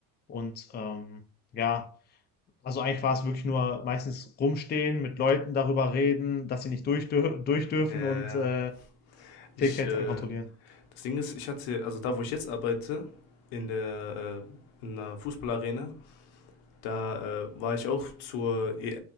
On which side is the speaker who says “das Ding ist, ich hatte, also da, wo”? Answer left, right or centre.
Left